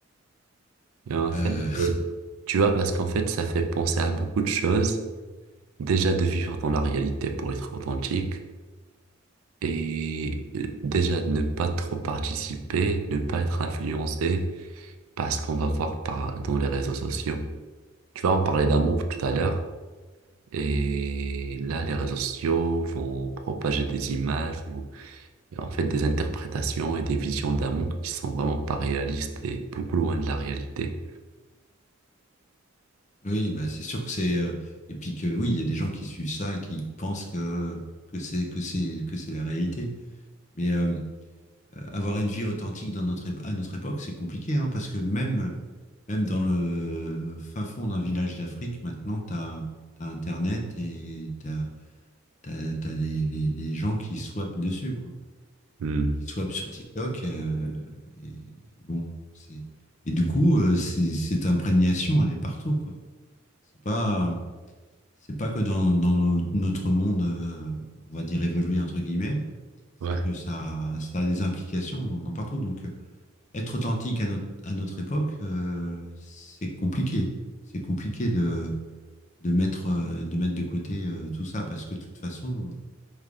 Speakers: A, on the right; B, on the left.
A: Et en fait,
B: Euh,
A: euh, tu vois, parce qu'en fait, ça fait penser à beaucoup de choses Déjà de vivre dans la réalité pour être authentique et euh, déjà de ne pas trop participer, de ne pas être influencé par ce qu'on va voir par, dans les réseaux sociaux. Tu vois, on parlait d'amour tout à l'heure et là, les réseaux sociaux vont propager des images ou en fait des interprétations et des visions d'amour qui sont vraiment pas réalistes et beaucoup loin de la réalité.
B: <laughs> oui, bah c'est sûr que c'est euh, et puis que oui, il y a des gens qui suivent ça et qui pensent que que c'est que c'est que c'est la réalité. Mais euh, euh, avoir une vie authentique dans notre ép- à notre époque, c'est compliqué hein, parce que même même dans le fin fond d'un village d'Afrique, maintenant t'as t'as Internet et t'as t'as t'as les, les, les gens qui swappent dessus quoi.
A: Hmm.
B: qui swap sur TikTok. euh, et bon, c'est et du coup, euh, c'est- cette imprégnation, elle est partout, quoi. C'est pas, c'est pas que dans, dans no- notre monde, euh, on va dire évolué entre guillemets, c'est
A: Ouais.
B: que ça, ça a des implications dans, dans partout. Donc, euh, être authentique à notre, à notre époque, euh, c'est compliqué. C'est compliqué de, de mettre, euh, de mettre de côté euh, tout ça parce que de toute façon,